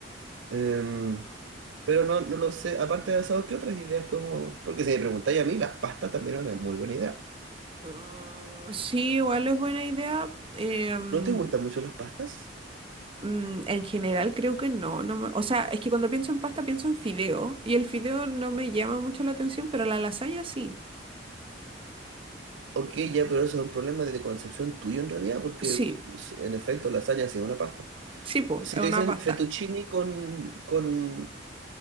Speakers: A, on the right (about 80°); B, on the right (about 30°).
A: Em, pero no, no lo sé, aparte de asado, ¿qué otras ideas podemos...? Porque si me preguntáis a mí, las pastas también eran una muy buena idea.
B: Ah, sí, igual es buena idea. Eh, mm,
A: ¿No te gustan mucho las pastas?
B: mm, en general creo que no, no me- o sea, es que cuando pienso en pasta pienso en fideo y el fideo no me llama mucho la atención, pero la lasaña sí.
A: Ok, ya, pero eso es un problema de concepción tuyo en realidad, porque
B: Sí,
A: pues, en efecto lasaña sí es una pasta.
B: sí, pues,
A: Si
B: es una
A: te dicen
B: pasta.
A: fettuccini con, con,